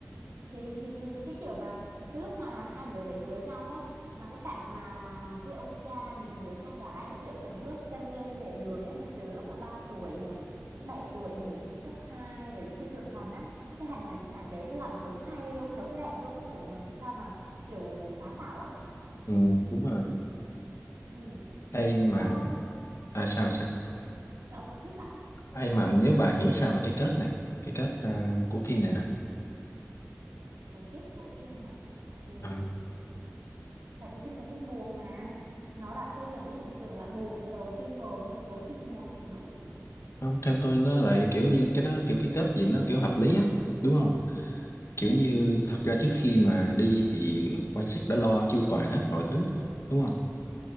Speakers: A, on the right (about 80°); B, on the left (about 65°).
A: thì thì cái, cái kiểu mà cái lúc mà hai đứa để cưới nhau á mà cái cảnh mà cái ông cha nhìn đứa con gái kiểu từng bước chân lên lề đường ấy rồi từ lúc mà 3 tuổi này đến 7 tuổi này đến cấp hai rồi đến khi trưởng thành á cái hành hành hành đấy nó làm đúng hay luôn á đúng đẹp luôn á kiểu mà sao mà kiểu sáng tạo á
B: ừ, đúng rồi
A: ừ
B: <laughs> ai mà
A: sao
B: à, sao sao
A: cho ông nói trước đã
B: ai mà nếu bà nghĩ sao về cái kết này cái kết ờ, của phim này nè
A: cái kết của phim mà thì
B: Ờ,
A: tại vì phim này phim buồn mà nó đã xây dựng cái hình tượng là buồn từ đầu phim rồi nên cuối phim buồn thì cũng đúng
B: không theo tôi nó lại kiểu như cái đó kiểu cái kết gì nó kiểu hợp lý á đúng không kiểu như thật ra trước khi mà đi thì quan sát đã lo chu toàn hết mọi thứ mà, đúng không